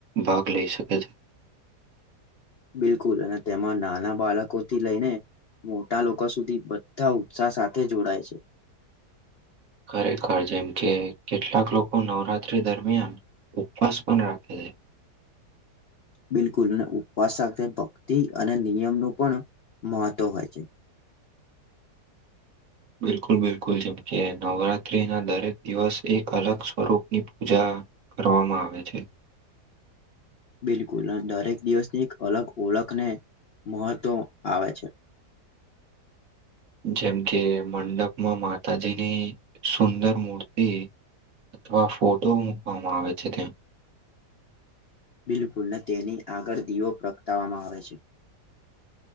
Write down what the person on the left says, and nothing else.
બિલકુલ અને તેમાં નાના બાળકોથી લઈને મોટા લોકો સુધી બધા ઉત્સાહ સાથે જોડાય છે.
બિલકુલ અને ઉપવાસ સાથે ભક્તિ અને નિયમનું પણ મહત્ત્વ હોય છે.
બિલકુલ દરેક દિવસની એક અલગ ઓળખને મહત્વ આવે છે.
બિલકુલ ને તેની આગળ દીવો પ્રગટાવવામાં આવે છે.